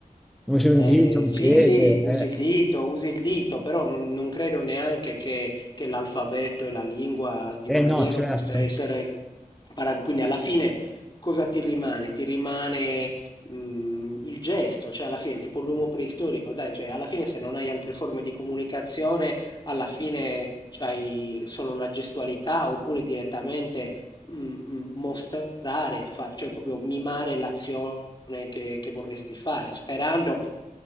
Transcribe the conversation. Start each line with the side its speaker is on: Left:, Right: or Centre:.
Centre: Usi
Left: Eh,
Centre: un dito, un
Left: sì,
Centre: piede.
Left: sì, usi
Centre: Eh,
Left: il dito, usi il dito, però non, non credo neanche che, che l'alfabeto e la lingua di
Centre: eh
Left: un alieno
Centre: no, certo.
Left: possa essere paragon- Quindi alla fine cosa ti rimane? Ti rimane mh, il gesto, cioè alla fine tipo l'uomo preistorico, dai, cioè alla fine se non hai altre forme di comunicazione, alla fine c'hai solo la gestualità oppure direttamente mm, mm, mostrare, fa- cioè proprio mimare l'azione che, che vorresti fare, sperando